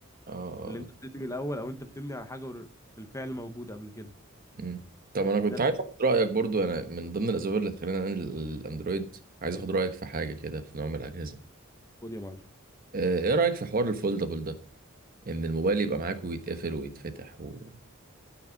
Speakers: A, on the right; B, on the left.
A: اه
B: اللي أنت بتبني الأول أو أنت بتبني على حاجة ور- بالفعل موجودة قبل كده
A: مم. طب انا كنت
B: ده الفرق
A: عايز اخد رايك برضو انا من ضمن الاسباب اللي خلاني انقل الاندرويد عايز اخد رايك في حاجه كده في نوع من الاجهزه
B: خد يا معلم
A: آه، ايه رايك في حوار الفولدبل ده ان الموبايل يبقى معاك ويتقفل ويتفتح و...